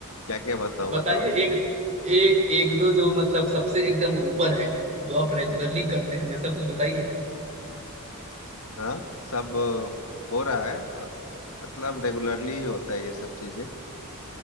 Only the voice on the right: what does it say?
बताइए
एक ए, एक दो जो मतलब सबसे एकदम ऊपर है जो आप रेगुलरली करते हैं वैसा कुछ बताइए